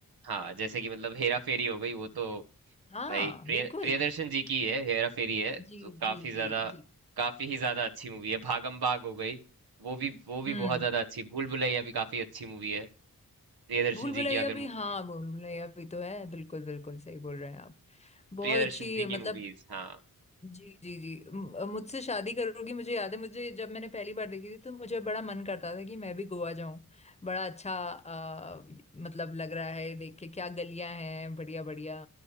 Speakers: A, on the right; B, on the left.
A: हाँ जैसे कि मतलब हेरा फेरी हो गई वो तो
B: हाँ
A: भाई प्रिय
B: बिल्कुल
A: प्रियदर्शन जी की है हेरा फेरी है
B: जी
A: तो काफी
B: जी
A: ज्यादा
B: जी जी
A: काफी ही ज्यादा अच्छी मूवी है भागम भाग हो गई वो भी वो भी
B: हम्म
A: बहुत ज्यादा अच्छी भूल भुलैया भी काफी अच्छी मूवी है प्रियदर्शन
B: भूल
A: जी
B: भुलैया
A: की अगर
B: भी
A: मू-
B: हाँ भूल भुलैया भी तो है बिल्कुल बिल्कुल सही बोल रहे हैं आप बहुत
A: प्रियदर्शन
B: अच्छी
A: जी
B: मतलब
A: की मूवीज हाँ
B: जी जी जी म- मुझसे शादी करोगी मुझे याद है मुझे जब मैंने पहली बार देखी थी तो मुझे बड़ा मन करता था कि मैं भी गोवा जाऊं बड़ा अच्छा आ, मतलब लग रहा है देख के क्या गलियां हैं बढ़िया बढ़िया